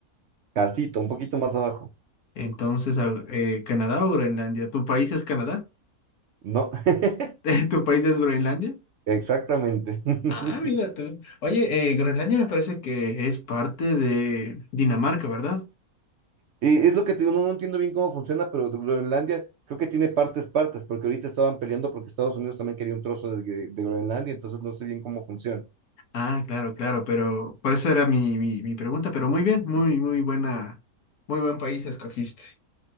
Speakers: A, on the right; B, on the left.
A: Casito, un poquito más abajo.
B: Entonces, a, eh, Canadá o Groenlandia. ¿Tu país es Canadá?
A: No, <laughs>
B: <laughs> ¿Tu país es Groenlandia?
A: exactamente. <laughs>
B: Ah, mira tú. Oye, eh, Groenlandia me parece que es parte de Dinamarca, ¿verdad?
A: Y es lo que te digo, no, no entiendo bien cómo funciona, pero Groenlandia creo que tiene partes, partes, porque ahorita estaban peleando porque Estados Unidos también quería un trozo de, Gre- de Groenlandia, entonces no sé bien cómo funciona.
B: Ah, claro, claro, pero por eso era mi, mi, mi pregunta, pero muy bien, muy, muy buena, muy buen país escogiste.